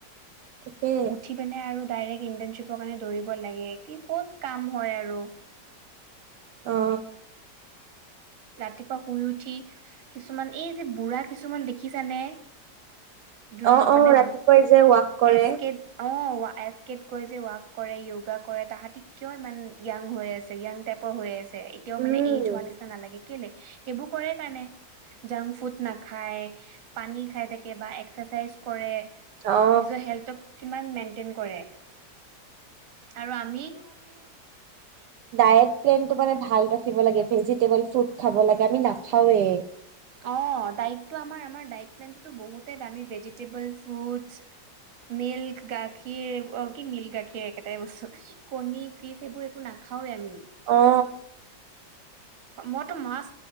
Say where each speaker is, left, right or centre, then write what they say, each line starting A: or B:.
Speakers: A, on the right; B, on the right.
A: তাকে
B: উঠি পিনে আৰু ডাইৰেক্ট ইন্টাৰ্নশিপৰ কাৰণে দৌৰিব লাগে কি ক'ত কাম হয় আৰু।
A: অ।
B: ৰাতিপুৱা শুই উঠি কিছুমান এই যে বুঢ়া কিছুমান দেখিছানে? যোন
A: অ
B: মানে
A: অ ৰাতিপুৱাই যে ৱাক কৰে
B: এচ কে অ এচ কেত গৈ যে ৱাক কৰে য়োগা কৰে তাহাঁতি কিয় ইমান য়াং হৈ আছে য়াং টাইপৰ হৈ আছে। এতিয়াও মানে
A: উম
B: এইজ হোৱা নিচিনা নালাগে। কেলে সেইবোৰ কৰে কাৰণে জংক ফুড নাখায়। পানী খাই থাকে বা এক্সাৰচাইজ কৰে।
A: অ
B: নিজৰ হেল্থক কিমান মেইনটেইন কৰে আৰু আমি <inaudible>
A: ডায়েট প্লেন টো মানে ভাল ৰাখিব লাগে ভেজিটেবল ফ্ৰুট খাব লাগে আমি নাখাওৱে।
B: অঁ দাইত টো আমাৰ আমাৰ দাইট মেইনটো তো বহুতেই ভেজিটেবল ফ্ৰুটচ্ <inaudible> মিল্ক গাখীৰ অ কি মিল্ক গাখীৰ একেটাই বস্তু কণী ফিচ এইবোৰ একো নাখাওৱে আমি। উম।
A: অ
B: মইতো মাছ